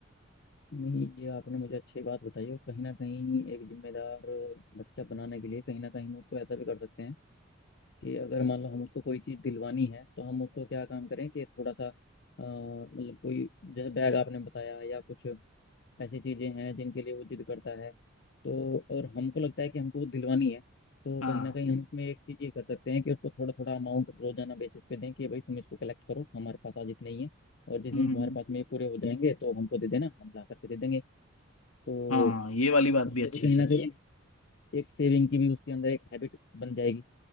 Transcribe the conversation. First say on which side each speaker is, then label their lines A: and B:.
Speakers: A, on the left; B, on the left.
A: नहीं ये आपने मुझे अच्छी बात बताई और कहीं ना कहीं एक जिम्मेदार बच्चा बनाने के लिए कहीं ना कहीं हम उसको ऐसा भी कर सकते हैं कि अगर मान लो हम उसको कोई चीज़ दिलवानी है तो हम उसको क्या काम करें कि थोड़ा सा अ, मतलब कोई जैसे बैग आपने बताया या कुछ ऐसी चीज़ें हैं जिनके लिए वो जिद करता है तो और हमको लगता है कि हमको वो दिलवानी है तो
B: हाँ
A: कहीं ना कहीं हम उसमें एक चीज़ ये कर सकते हैं कि उसको थोड़ा थोड़ा अमाउंट रोजाना बेसिस पे दें कि भाई तुम इसको कलेक्ट करो हमारे पास आज इतने ही है और जिस
B: हम्म
A: दिन तुम्हारे पास में ये पूरे हो जाएंगे तो हमको दे देना हम ला करके दे देंगे तो
B: हाँ ये वाली बात
A: उससे
B: भी अच्छी
A: भी कहीं
B: है सर
A: ना कहीं एक, एक सेविंग की भी उसके अंदर एक हैबिट बन जाएगी